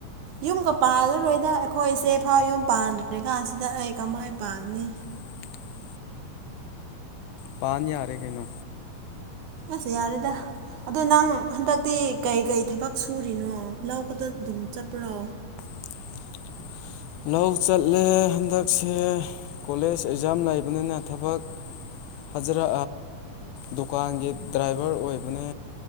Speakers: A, on the right (about 65°); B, on the left (about 90°).
A: ꯌꯨꯝꯒ ꯄꯥꯜꯂꯔꯣꯏꯗ ꯑꯩꯈꯣꯏꯁꯦ ꯐꯥꯎ ꯌꯨꯝ ꯄꯥꯟꯗ꯭ꯔꯦ ꯀꯥꯟꯁꯤꯗ ꯑꯩ ꯀꯃꯥꯏꯅ ꯄꯥꯅꯤ
B: <unintelligible> ꯄꯥꯅ ꯌꯥꯔꯦ ꯀꯩꯅꯣ
A: ꯑꯁ ꯌꯥꯔꯦꯗ ꯑꯗꯣ ꯅꯪ ꯍꯟꯗꯛꯇꯤ ꯀꯩ ꯀꯩ ꯊꯕꯛ ꯁꯨꯔꯤꯅꯣ ꯂꯧ ꯑꯗꯨꯝ ꯆꯠꯄ꯭ꯔꯣ
B: <unintelligible> ꯂꯧ ꯆꯠꯂꯦ ꯍꯟꯗꯛꯁꯦ ꯀꯣꯂꯦꯖ ꯑꯦꯛꯖꯥꯝ ꯂꯩꯕꯅꯤꯅ ꯊꯕꯛ ꯍꯖꯔ ꯗꯨꯀꯥꯟꯒꯤ ꯗ꯭ꯔꯥꯏꯚꯔ ꯑꯣꯏꯕꯅꯦ